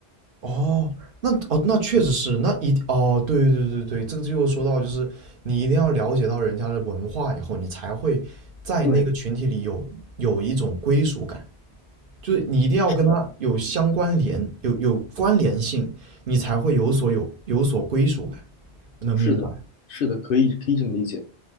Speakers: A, on the right; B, on the left.
A: 哦，那哦那确实是，那一哦对对对对，这个就说到就是你一定要了解到人家的文化以后，你才会在那个群体里有有一种归属感，
B: 对，
A: 就是你一定要跟他有相关联，
B: 是的。
A: 有有关联性，你才会有所有有所归属感，能明白？
B: 是的，是的，可以可以这么理解。